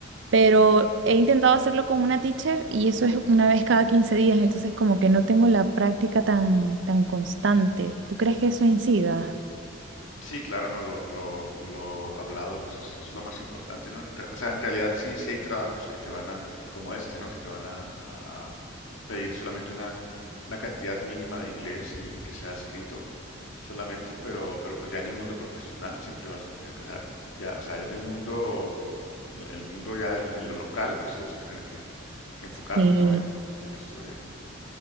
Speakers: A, on the right; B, on the left.
A: Pero he intentado hacerlo con una teacher y eso es una vez cada 15 días, entonces como que no tengo la práctica tan, tan constante. ¿Tú crees que eso incida?
B: Sí, claro, no, lo, lo, lo hablado pues es, es lo más importante, ¿no? En re- O sea, en realidad sí, sí hay trabajos que te van a, como este, ¿no? Que te van a, pedir solamente una, una cantidad mínima de inglés y, y que sea escrito solamente, pero, pero pues ya en el mundo profesional siempre vas a tener que, o sea, ya, o sea, ya en el mundo, en el, en el mundo ya en, en lo local, pues sí vas a tener que, que enfocarte,
A: Sí.
B: ¿no? En, en esto de,